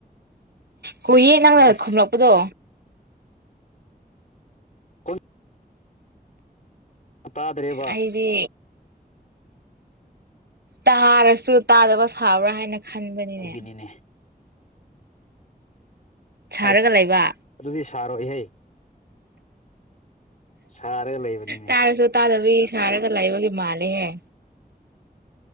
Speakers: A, on the right (about 80°); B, on the left (about 50°).
A: ꯀꯨꯌꯦ ꯅꯪꯅ
B: ꯑꯁ
A: ꯈꯨꯝꯂꯛꯄꯗꯣ
B: ꯀꯟ ꯇꯥꯗ꯭ꯔꯦꯕ
A: ꯑꯩꯗꯤ ꯇꯥꯔꯁꯨ ꯇꯥꯗꯕ꯭ꯔꯥ ꯁꯥꯕ꯭ꯔꯥ ꯍꯥꯏꯅ ꯈꯟꯕꯅꯤꯅꯦ
B: ꯑꯗꯨꯒꯤꯅꯤꯅꯦ
A: ꯁꯥꯔꯒ
B: ꯑꯩꯁ
A: ꯂꯩꯕ
B: ꯑꯗꯨꯗꯤ ꯁꯥꯔꯣꯏ ꯏꯍꯦ ꯁꯥꯔꯒ ꯂꯩꯕꯅꯤꯅꯦ
A: ꯇꯔ ꯇꯥꯗꯕꯤ ꯁꯥꯔꯒ ꯂꯩꯕꯒꯤ ꯃꯥꯜꯂꯦꯍꯦ